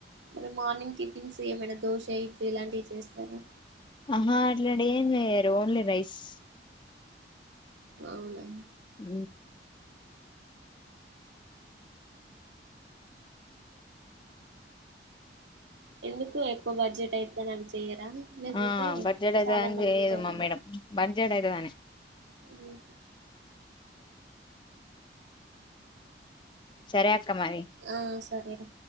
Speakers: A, on the right; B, on the left.
A: మరి మార్నింగ్ టిఫిన్స్ ఏమైనా దోశ ఇడ్లీ ఇలాంటివి చేస్తారా
B: ఆహా అలాే ఏం వయరు ఓన్లీ రైస్
A: అవునా
B: అ
A: ఎందుకు ఎక్కువ బడ్జెట్ అయితే చెయాల లేకపోతే
B: ఆ బడ్జెట్ అయితదని
A: చాలా మంది
B: చేయదు
A: ఉంటారండి
B: మా మేడం బడ్జెట్ అయితదని
A: అఓ
B: సరే అక్క మరి
A: ఆ సరేరా